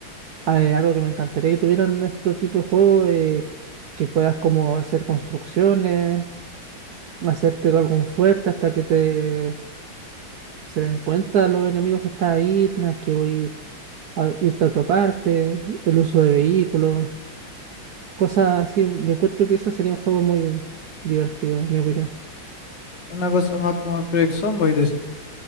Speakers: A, on the right; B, on the left.
A: eh, algo que me encantaría que tuvieran este tipo de juego, eh, que puedas como hacer construcciones, hacerte algún fuerte hasta que te se den cuenta los enemigos que estás ahí, tengas que ir a, irte a otra parte, el uso de vehículos, cosas así. Yo encuentro que eso sería un juego muy divertido, en mi opinión.
B: una cosa más como el Project Zomboid, decir,